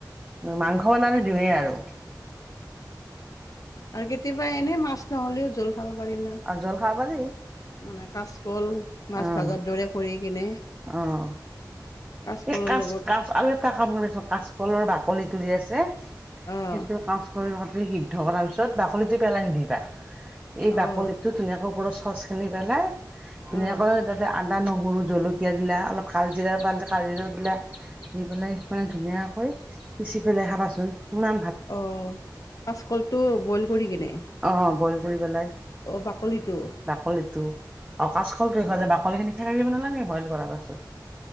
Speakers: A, on the right; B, on the left.
A: মাংস বনালে দিওৱে আৰু।
B: আৰু কেতিয়াবা এনে মাছ নহলেও জুল পাব পাৰিম না
A: আৰু জল খাব পাৰি
B: মানে কাজকল মাছ
A: অ',
B: ভাজাৰ দৰে কৰি কিনে
A: অ'।
B: কাচকলৰ
A: এই কাচ
B: লগত
A: কাচ আৰু এটা কাম কৰিছোন কাচকলৰ বাকলিটো যে আছে
B: অ'
A: সেইটো কা লিৰ লগত সিদ্ধ কৰাৰ পিছত বাকলিটো পেলাই নিদিবা, এই বাকলিটো
B: অ'
A: ধুনীয়াকে ওপৰত চচ সানি পেলাই ধুনীয়াকে
B: অ'
A: তাতে আদা নহৰু জলকীয়া দিলে অলপ কাল জিৰা পালে কাল জিৰাও দিলা, দি পেলাই মানে ধুনীয়াকৈ পিচি পেলাই খাবাচোন, ইমা
B: অ', কাচকলটো বইল কৰি কিনে?
A: অ', বইল কৰি পেলাই।
B: অঁ বাকলিটো?
A: বাকলিটো, আৰু কাচকলটো দেখ
B: অ'
A: যায় বাকলি খিনি ফেলে দিব নালাগে বইল কৰাৰ পাছত।